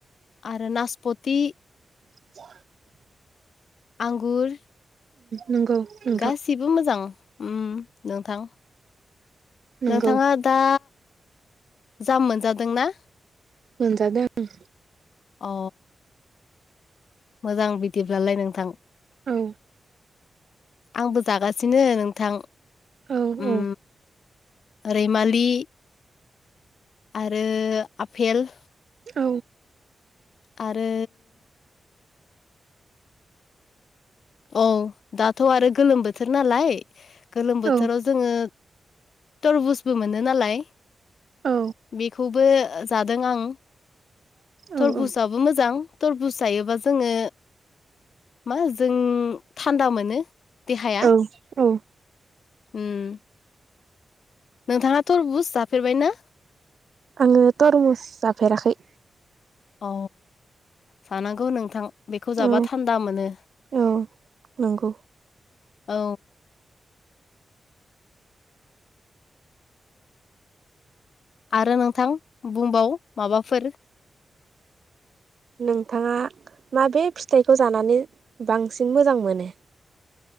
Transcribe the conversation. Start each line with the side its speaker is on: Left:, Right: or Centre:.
Left: आरो नासपति।
Right: <inaudible>
Left: आंगुर।
Right: नंगौ नोंथां
Left: गासिबो मोजां उम नोंथां।
Right: नंगौ
Left: नोंथाङा दा जाम मोनजादोंना।
Right: मोनजादों।
Left: अ मोजां बिदिब्लालाय नोंथां।
Right: औ।
Left: आंबो जागासिनो नोंथां।
Right: औ
Left: उम
Right: औ।
Left: रैमालि। आरो आफेल।
Right: औ
Left: आरो औ दाथ' आरो गोलोम बोथोर नालाय गोलोम बोथोराव
Right: औ
Left: जोङो थरबुजबो मोनो नालाय
Right: औ
Left: बेखौबो जादों आं
Right: औ
Left: थरबुसाबो मोजां थरबुज जायोबा जोङो मा जों थान्दा मोनो। देहाया
Right: औ औ।
Left: उम। नोंथाङा थरबुस जाफेरबायना?
Right: आङो तरमुस जाफेराखै।
Left: औ जानांगौ नोंथां। बेखौ जाबा
Right: औ
Left: थान्दा मोनो
Right: औ नंगौ
Left: औ। आरो नोंथां बुंबाव माबाफोर
Right: नोंथाङा माबे फिथाइखौ जानानै बांसिन मोजां मोनो।